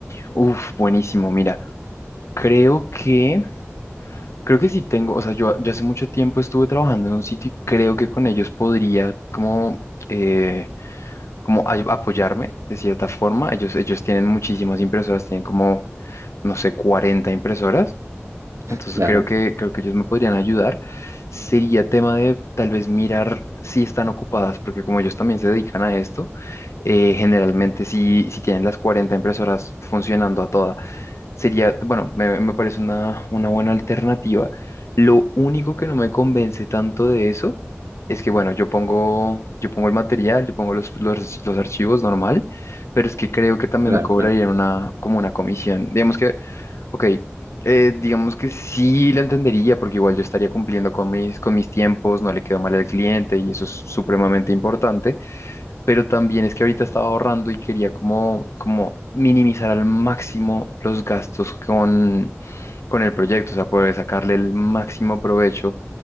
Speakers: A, on the left; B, on the right.
A: Uf, buenísimo. Mira, creo que, creo que sí tengo, o sea, yo, yo hace mucho tiempo estuve trabajando en un sitio y creo que con ellos podría como, eh, como ay- apoyarme de cierta forma. Ellos, ellos tienen muchísimas impresoras, tienen como, no sé, 40 impresoras. Entonces
B: Claro,
A: creo que, creo que ellos me podrían ayudar. Sería tema de tal vez mirar si están ocupadas, porque como ellos también se dedican a esto, eh, generalmente si, si tienen las 40 impresoras funcionando a todas, Sería, bueno, me, me parece una, una buena alternativa. Lo único que no me convence tanto de eso es que, bueno, yo pongo, yo pongo el material, yo pongo los, los, los archivos normal, pero es que creo que también
B: claro,
A: me cobrarían
B: claro,
A: una, como una comisión. Digamos que, ok, eh, digamos que sí la entendería porque igual yo estaría cumpliendo con mis, con mis tiempos, no le quedo mal al cliente y eso es supremamente importante pero también es que ahorita estaba ahorrando y quería como, como minimizar al máximo los gastos con, con el proyecto, o sea, puede sacarle el máximo provecho